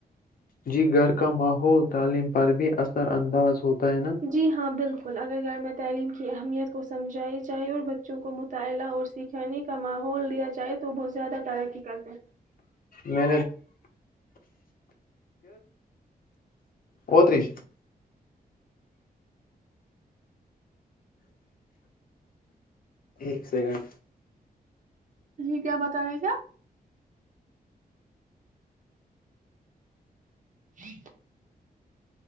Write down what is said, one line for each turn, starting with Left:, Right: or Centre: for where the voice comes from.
Left: جی گھر کا ماحول تعلیم پر بھی اثر انداز ہوتا ہے نا
Right: جی ہاں بالکل اگر گھر میں تعلیم کے کی اہمیت کو سمجھائی جائے اور بچوں کو مطالعہ اور سکھانے کا ماحول دیا جائے تو وہ زیادہ ترقی کرتے ہیں
Left: نے اوتری ایک سیکنڈ
Right: جی کیا بتا رہے تھ آپ جی